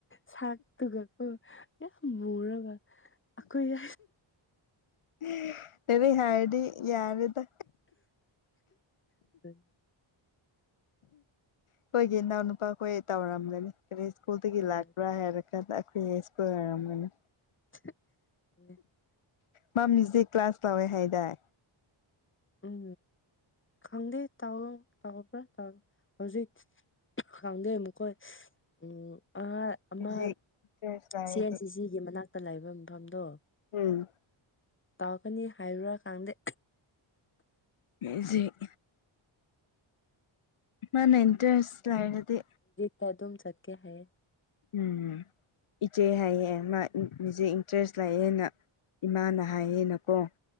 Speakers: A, on the left; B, on the left.
A: ꯁꯥꯛꯇꯨꯒꯀꯣ ꯌꯥꯝ ꯃꯨꯔꯒ ꯑꯈꯣꯏ
B: <unintelligible> ꯀꯔꯤ ꯍꯥꯏꯔꯗꯤ ꯌꯥꯔꯦꯗ
A: ꯁ꯭ꯀꯨꯜ
B: ꯑꯈꯣꯏꯒꯤ ꯏꯅꯥꯎ ꯅꯨꯄꯥꯈꯣꯏ ꯇꯧꯔꯝꯒꯅꯤ ꯀꯔꯤ ꯁ꯭ꯀꯨꯜꯗꯒꯤ
A: ꯍꯣꯏ
B: ꯂꯥꯛꯄ꯭ꯔꯥ ꯍꯥꯏꯔ ꯑꯈꯣꯏ ꯁ꯭ꯨꯀꯜ ꯑꯣꯏꯔꯝꯒꯅꯤ
A: <inaudible>
B: ꯃꯥ ꯃ꯭ꯌꯨꯖꯤꯛ ꯀ꯭ꯂꯥꯁ ꯂꯧꯋꯦ ꯍꯥꯏꯗꯥꯏ
A: ꯎꯝ ꯈꯪꯗꯦ ꯇꯧ ꯇꯧꯕ꯭ꯔꯥ ꯍꯧꯖꯤꯛ ꯈꯪꯗꯦ ꯃꯈꯣꯏ ꯁ ꯎꯝ ꯑꯥ ꯑꯃ
B: ꯃ꯭ꯌꯨꯖꯤꯛ ꯏꯟꯇꯔꯦꯁ ꯂꯩꯔꯗꯤ
A: ꯁꯤ ꯑꯦꯟ ꯁꯤ ꯁꯤꯒꯤ ꯃꯅꯥꯛꯇ ꯂꯩꯕ ꯃꯐꯝꯗꯣ
B: ꯎꯝ
A: ꯇꯧꯒꯅꯤ ꯍꯥꯏꯕꯔ ꯈꯪꯗꯦ
B: ꯃ꯭ꯌ꯭ꯨꯖꯤꯛ ꯃꯥꯅ ꯏꯟꯇ꯭ꯔꯦꯁ ꯂꯩꯔꯗꯤ
A: ꯇ ꯑꯗꯨꯝ ꯆꯠꯀ ꯍꯥꯏꯌꯦ
B: ꯎꯝ ꯏꯆꯦ ꯍꯥꯏꯌꯦ ꯃꯥ ꯃꯤꯌꯨꯖꯤꯛ ꯏꯟꯇ꯭ꯔꯦꯁ ꯂꯩꯌꯦꯅ ꯏꯃꯥꯅ ꯍꯥꯏꯌꯦꯅꯀꯣ